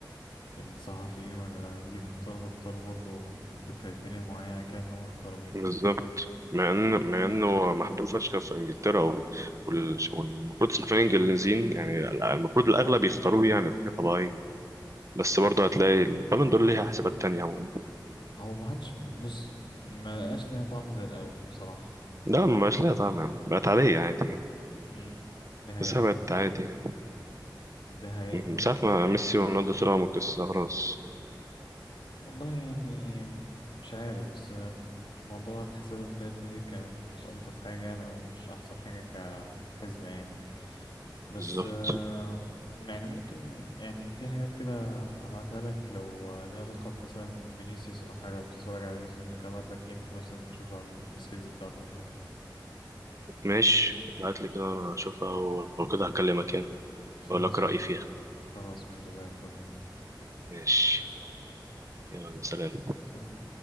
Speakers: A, on the left; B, on the right.
A: ال الصحفيين ولا لما بيجي يختاروا بيختاروا برضو بكريتيريا معينة كده ان هو يختاروا بيها
B: بالظبط مع إن
A: ف
B: مع إنه محبوب فشخ في إنجلترا و... وال... والمفروض الصحفيين الإنجليزيين يعني المفروض الأغلب يختاروه يعني حاجة طبيعية بس برضه هتلاقي البالون دور ليها حسابات تانية عموما
A: هو ما حدش بص ما لقاش ليها طعم زي الأول بصراحة
B: لا ما بقاش ليها طعم يعني. بقت عادية عادي يعني
A: امم دي حقيقة
B: بس هي
A: فعلا
B: بقت عادي يعني
A: دي حقيقة
B: من ساعة ما ميسي ورونالدو طلعوا من القصة خلاص
A: والله يعني مش عارف بس موضوع الحساب بتاعتها دي كانت مش ألطف حاجة يعني أو مش أحسن حاجة كحسبة يعني بس
B: بالظبط
A: آه، يعني ممكن يعني في حاجات كده أبعتها لك لو ليها علاقة مثلا فينيسيوس أو حاجة بتتفرج على فينيسيوس ممكن أبعت لك لينك مثلا تشوف على السكيلز بتاعته أو كده
B: ماشي ابعت لي كده انا اشوفها ولو كده هكلمك يعني
A: خلاص
B: اقول لك رأيي فيها
A: خلاص ماشي زي الفل
B: ماشي يلا سلام
A: نعم.